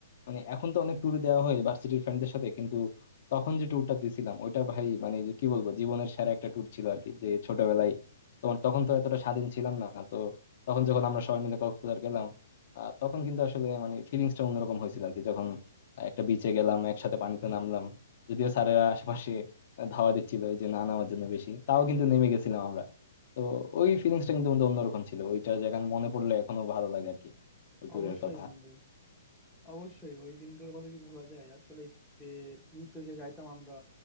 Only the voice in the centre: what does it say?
অবশ্যই
বন্ধু অবশ্যই ওই দিনগুলোর কথা কি ভোলা যায় আসলে যে ঘুরতে যে যাইতাম আমরা